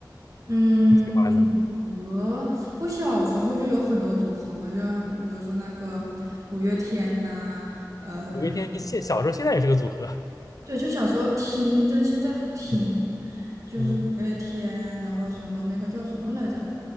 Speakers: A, on the right (about 45°); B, on the left (about 50°).
A: 嗯，
B: 你喜欢的？
A: 组合，我小时候就有很多组合嘛，就像比如说那个五月天呐、嗯，
B: 五月天现小时候现在也是个组合。
A: 对，就小时候听，但是现在不听，
B: 嗯
A: 就是五月天，
B: 嗯。
A: 然后什么那个叫什么来着，